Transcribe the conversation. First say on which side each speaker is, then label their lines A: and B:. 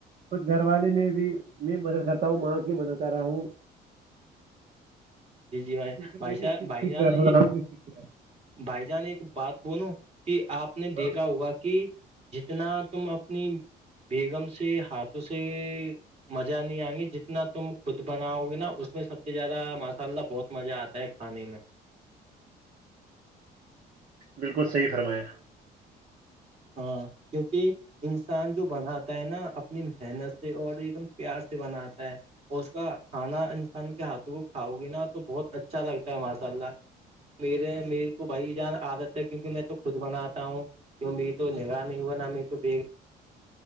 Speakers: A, on the right; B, on the right.
A: خود گھر والے میں بھی میں مدد کرتا ہوں ماں کی مدد کر رہا ہوں
B: جی جی بھائی
A: کیونکہ
B: بھائیشاہ
A: میں بھی سیکھ
B: بھائی
A: سیکھ
B: جان
A: گیا تھوڑا تھوڑا میں سیکھ گیا
B: بھائی جان ایک بات بولو کہ آپ نے دیکھا
A: ہاں
B: ہوا کہ جتنا تم اپنی بیگم سے ہاتھ توے مزہ نہیں آئ گی جتنا تم خود بناؤ گے نا اس میں سب سے زیادہ م انشء اللہ بہت مزہ آتا ہے کھانے میں
A: بالکل صحیح فرمایا
B: ہاں کیونکہ انسان جو بناتا ہے نا اپنی محنت سے اور ایک دم پیار سے بناتا ہے اور اس کا کھانا انسان کے ہاتھوں کو کھاؤ گے نا تو بہت اچھا لگتا ہے ماشاء اللہ میرے میرے کو بھائی جان عادت ہے کیونکہ میں تو خود بناتا ہوں جو <unintelligible>